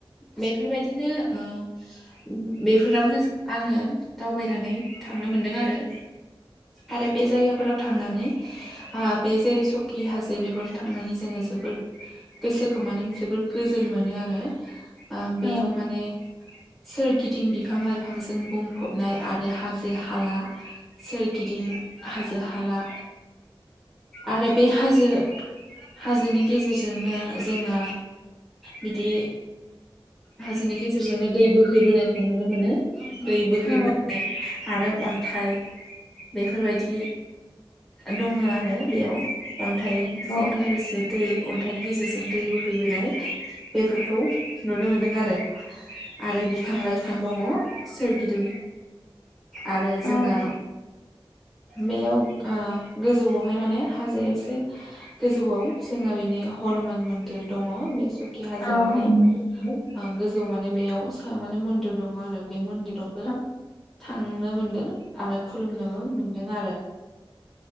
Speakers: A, in the centre; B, on the left (about 45°).
A: बेफोरबायदिनो ओ बेफोरावनो आङो दावबायनानै थां नो मोनदों आरो।
B: <unintelligible>
A: आरो बे जायगाफोराव थांनानै बे जेरै सकि हाजो बेफोर थांनानै जोङो जोबोर गोसोखौ माने जोबोर गो गोजोन मोनो आरो
B: औ
A: बेयाव माने सोरगिदिं बिफां लाइफांजों बुंफबनाय आरो हाजो हाला सोरगिदिं हाजो हाला
B: <inaudible>
A: आरो बे हाजो हाजोनि गेजेरजोंनो जोंना बिदि हाजोनि गेजेरजोंनो दै बोहैबोनायखौ नुनो मोनो। दै बोहैबोनाय
B: औ
A: आरो अन्थाइ बेफोरबायदि दङ आरो बेयाव। अन्थाइजों
B: औ
A: लोगोसे दै अन्थाइनि गेजेरजों दै बोहैबोनाय बेफोरखौ नुनो मोनदों आरो। आरो बिफां लाइफां दङ सोरगिदिं आरो
B: औ
A: जोंना बेयाव आ गोजौआवहाय माने हाजो एसे गोजौआव जोङो बेनि हनुमान मन्दिर दङ बेसो खि हाजोआवहाय
B: औ
A: ओ गोजौ माने बेयाव सायाव माने मन्दिर दङ आरो बे मन्दिर थ'बो
B: औ
A: थांनो मोनदों। आरो खुलुमनोबो मोनदों आरो।